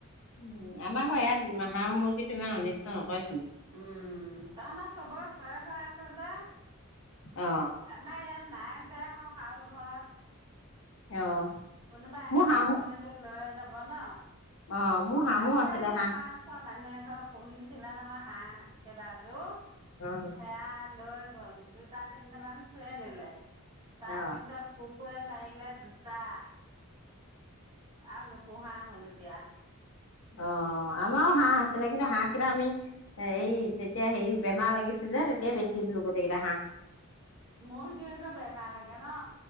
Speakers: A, on the left; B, on the right.
A: উম আমাৰ আক ইয়াত হাঁহ মূৰ্গীটো ইমান অনিষ্ট নকয়।
B: উম তাত চবৰে ঘৰে ঘৰে আছে যে
A: অ
B: আমাৰ এইয়াত নাই যে কাৰো ঘৰত
A: অ
B: কোনোবা এঘৰ
A: মোৰ হাঁহো
B: পোহিল তো লৈয়ে যাব ব ন
A: অ মোৰ হাঁহো
B: আকৌ
A: আছিলে
B: সি
A: হাঁহ
B: আমাৰ ওচৰ মানুহে ঘৰ পোহি আছিলে নহয় হাঁহ কেইবা এযোৰ
A: উম
B: সেয়া লৈ গ'ল দুটা তিনিটা মান চুৰে নিলে তাৰ
A: অ
B: পিছত কুক কুকুৱে মাৰিলে দুটা আৰু নোপোহা হ'ল এতিয়া।
A: অ আমাৰো হাঁহ আছিলে কিন্তু হাঁহ কেইটা আমি হেৰি তেতিয়া হেৰি বেমাৰ লাগিছিল যে তেতিয়াই বেছি দিলো গোটেই কেইটা হাঁহ
B: মৰ্গী হেতৰ বেমাৰ লাগে ন